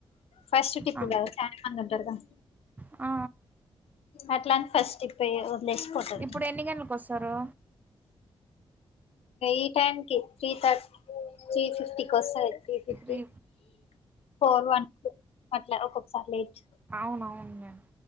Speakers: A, on the left (about 85°); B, on the right (about 15°).
A: ఫస్ట్ టిప్పు
B: ఆ
A: కాదు శాంమంగ్ ఉంటారు కదా
B: ఆ
A: అట్లాంటి ఫస్ట్ ట్రిప్ వేయరు వదిలేసి పోతాడు
B: ఇప్పుడు ఎన్ని గంటలకు వస్తారు
A: ఈ టైం కే త్రీ థర్టీ త్రీ ఫిఫ్టీకి వస్తది three fifty
B: three
A: four one అట్ల ఒక్కొక్కసారి లేట్
B: అవునవును